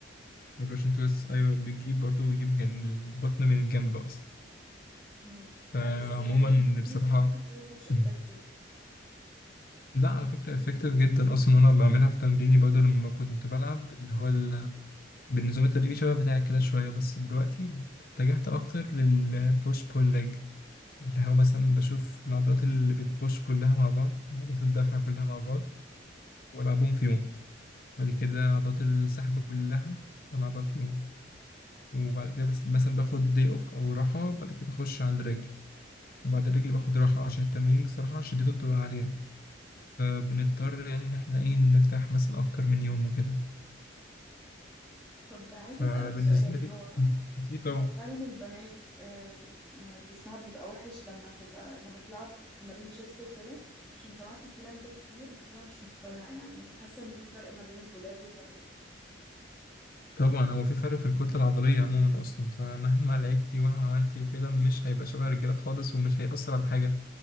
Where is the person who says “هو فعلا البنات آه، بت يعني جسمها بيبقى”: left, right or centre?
Centre